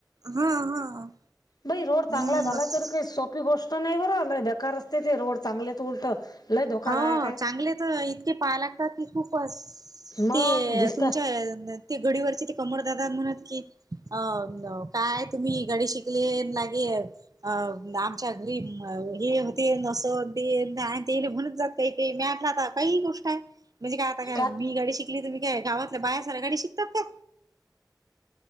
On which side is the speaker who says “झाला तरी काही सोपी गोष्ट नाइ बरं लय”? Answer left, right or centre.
Left